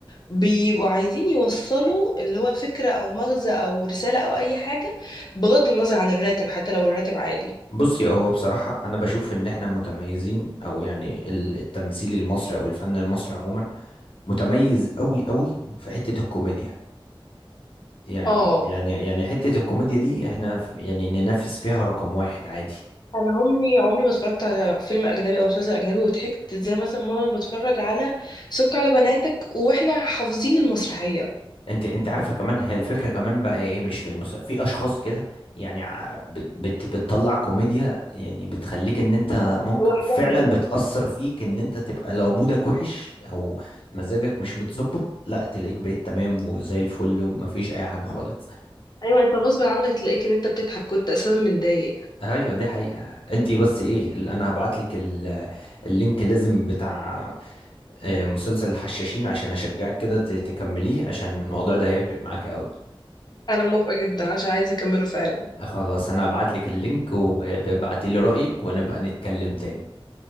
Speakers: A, on the left; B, on the left.
A: بيبقوا عايزين يوصلوا اللي هو فكرة أو مغزى أو رسالة أو أي حاجة بغض النظر عن الراتب حتى لو الراتب عالي
B: بصي هو بصراحة انا بشوف ان احنا متميزين او يعني ال- التمثيل المصري او الفن المصري عموما متميز قوي قوي في حتة الكوميديا يعني
A: اه
B: يعني يعني حتة الكوميديا دي احنا ف- يعني ننافس فيها رقم واحد عادي
A: أنا عمري عمري ما اتفرجت على فيلم أجنبي أو مسلسل أجنبي وضحكت زي مثلا ماما بتفرج على سك على بناتك وإحنا حافظين المسرحية
B: انت انت عارفة كمان هي الفكرة كمان بقى ايه مش في المس... في اشخاص كده يعني ع- بت... بت... بتطلع كوميديا يعني بتخليك ان انت ممكن
A: لوحدها
B: فعلا
A: كده
B: بتأثر فيك ان انت تبقى لو مودك وحش او مزاجك مش متظبط لا تلاقيك بقيت تمام وزي الفل ومفيش اي حاجة خالص
A: أيوة أنت غصب عنك تلاقيك إن أنت بتضحك كنت أساسا متضايق
B: ايوه دي حقيقة انت بس ايه ال- انا هبعت لك اللينك لازم بتاع آه، مسلسل الحشاشين عشان اشجعك كده ت- تكمليه عشان الموضوع ده هيفرق معاك قوي
A: أنا موافقة جدا عشان عايزة أكمله فعلا
B: خلاص انا هبعت لك اللينك وابعتي لي رأيك ونبقى نتكلم تاني